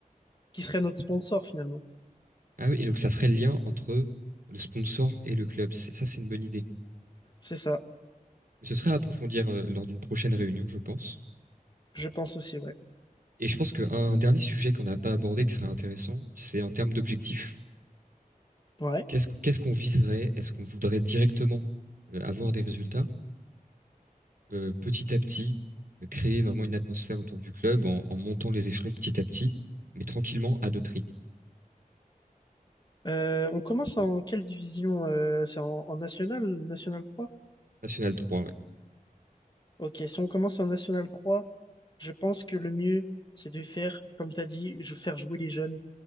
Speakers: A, on the left; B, on the right.
A: qui serait notre sponsor finalement.
B: Ah oui, et donc ça ferait le lien entre le sponsor et le club. C'est- Ça, c'est une bonne idée.
A: C'est ça.
B: Mais ce serait à approfondir euh, lors d'une prochaine réunion, je pense.
A: Je pense aussi, ouais.
B: Et je pense qu'un dernier sujet qu'on n'a pas abordé qui serait intéressant, c'est en termes d'objectifs.
A: Ouais.
B: Qu'est-ce qu'est-ce qu'on viserait? Est-ce qu'on voudrait directement euh, avoir des résultats? euh, petit à petit, euh, créer vraiment une atmosphère autour du club en, en montant les échelons petit à petit, mais tranquillement à notre rythme.
A: Euh, on commence en quelle division? euh, c'est en, en national, national trois.
B: National 3, ouais.
A: Ok, si on commence en National trois, je pense que le mieux, c'est de faire, comme tu as dit, je faire jouer les jeunes,